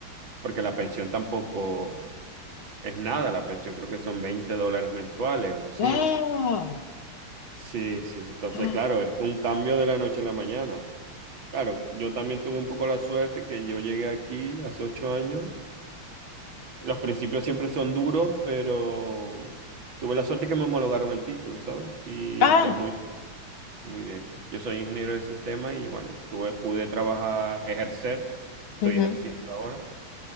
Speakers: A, on the right; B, on the left.
A: Porque la pensión tampoco es nada, la pensión creo que son 20 dólares mensuales o así.
B: ¡Guau!
A: Sí, sí, entonces
B: <gasps>
A: claro, es un cambio de la noche a la mañana. Claro, yo también tuve un poco la suerte que yo llegué aquí hace ocho años. Los principios siempre son duros, pero tuve la suerte que me homologaron el título, ¿sabes? Y
B: ¡Ah!
A: pues muy, muy bien. Yo soy ingeniero de sistema y bueno, tuve, pude trabajar, ejercer, estoy
B: Ujú.
A: ejerciendo ahora.